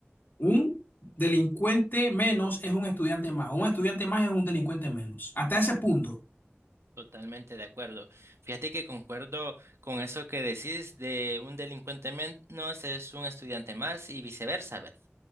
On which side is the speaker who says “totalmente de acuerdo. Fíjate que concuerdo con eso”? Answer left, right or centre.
Right